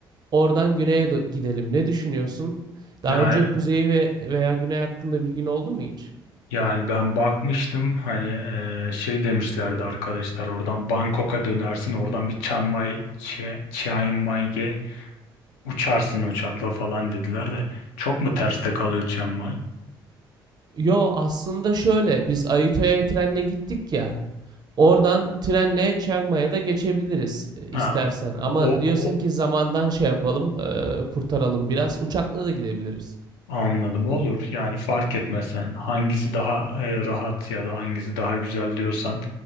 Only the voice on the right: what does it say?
Oradan güneye do- gidelim. Ne düşünüyorsun? Daha
önce kuzeyi ve veya güney hakkında bilgin oldu mu hiç?
Yo aslında şöyle biz Ayutthaya trenle gittik ya. Oradan trenle Chiang Mai'ye da geçebiliriz e, istersen.
Ama
diyorsun
ki zamandan şey yapalım, e, kurtaralım biraz. Uçakla da gidebiliriz.